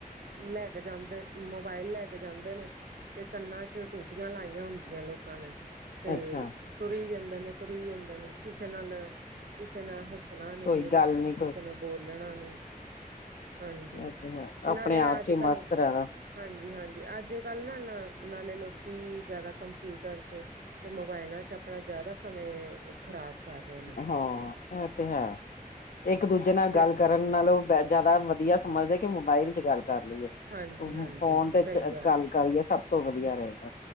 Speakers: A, on the right; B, on the left.
A: ਲੈ ਕੇ ਜਾਂਦੇ ਮੋਬਾਇਲ ਲੈ ਕੇ ਜਾਂਦੇ ਨੇ ਤੇ ਕੰਨਾਂ ਚ ਟੂਟੀਆਂ ਲਾਈਆਂ ਹੁੰਦੀਆਂ ਲੋਕਾਂ ਨੇ ਤੇ
B: ਅੱਛਾ
A: ਤੁਰੀ ਜਾਂਦੇ ਨੇ, ਤੁਰੀ ਜਾਂਦੇ ਨੇ, ਕਿਸੇ ਨਾਲ ਕਿਸੇ ਨਾਲ ਹੱਸ ਹੱਸਣਾ ਨੀ
B: ਕੋਈ
A: ਰਸਤੇ
B: ਗੱਲ ਨੀ
A: 'ਚ ਕਿਸੇ
B: ਕੋਈ
A: ਨੇ ਬੋਲਣਾ ਨੀ, ਹਾਂ ਜੀ
B: ਇਹ ਤੇ ਹੈ ਆਪਣੇ
A: ਨਾਲੇ
B: ਆਪ
A: ਅੱਜ-
B: ਚ ਹੀ
A: ਕੱਲ
B: ਮਸਤ ਰਹਿਣਾ
A: ਹਾਂਜੀ ਹਾਂਜੀ। ਅੱਜ-ਕੱਲ੍ਹ ਨਾ ਨਾਲੇ ਲੋਕੀ ਜਿਆਦਾ ਕੰਪਿਊਟਰ ਚ ਤੇ ਮੋਬਾਇਲਾਂ 'ਚ ਆਪਣਾ ਜ਼ਿਆਦਾ ਸਮੇ ਖ਼ਰਾਬ ਕਰ ਰਹੇ ਨੇ
B: ਹਾਂ ਐਹ ਤੇ ਹੈ। ਇੱਕ ਦੂਜੇ ਨਾਲ
A: ਤੇ
B: ਗੱਲ ਕਰਨ ਨਾਲੋਂ ਬ ਜ਼ਿਆਦਾ ਵਧੀਆ ਸਮਝਦੇ ਕਿ ਮੋਬਾਈਲ 'ਚ ਗੱਲ ਕਰ ਲਈਏ
A: ਹਾਂਜੀ
B: ਫੋਨ
A: ਹਾਂਜੀ ਸਹੀ
B: ਵਿੱਚ ਗੱਲ ਕਰੀਏ ਸਭ ਤੋਂ ਵਧੀਆ ਰਹੇਗਾ।